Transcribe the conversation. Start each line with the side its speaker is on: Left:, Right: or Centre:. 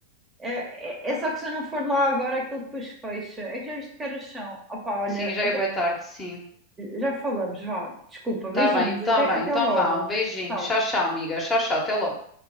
Right: é, é, é só que se eu não for lá agora, aquilo depois fecha. É que já viste que horas são? Opá, olha,
Left: Sim, já
Right: até-
Left: é boa tarde, sim.
Right: já falamos, vá, desculpa, beijinhos,
Left: Tá bem, tá
Right: até,
Left: bem.
Right: até
Left: Então
Right: logo,
Left: vá, um beijinho.
Right: tchau.
Left: Tchau, tchau, amiga. Tchau, tchau. Até logo.